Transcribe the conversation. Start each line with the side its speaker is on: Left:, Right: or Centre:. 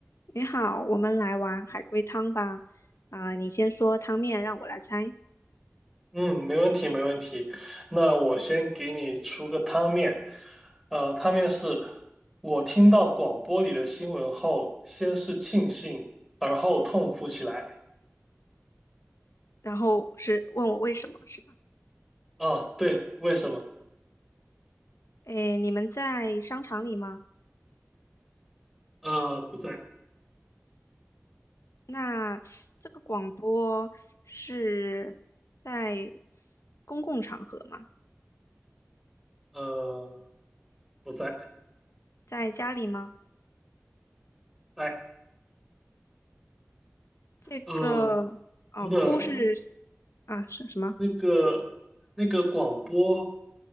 Left: 你好，我们来玩海龟汤吧。啊、你先说汤面，让我来猜，
Centre: 嗯，没问题，没问题。那我先给你出个汤面，呃，汤面是我听到广播里的新闻后，先是庆幸，而后痛哭起来。
Left: 然后是问我为什么，是吧？
Centre: 啊，对，为什么？
Left: 诶，你们在商场里吗？
Centre: 呃，不在，
Left: 那这个广播是在公共场合吗？
Centre: 呃，不在，
Left: 在家里吗？
Centre: 在，
Left: 这个
Centre: 呃，
Left: 哦，
Centre: 等等，
Left: 哭是啊是什么？
Centre: 那个那个广播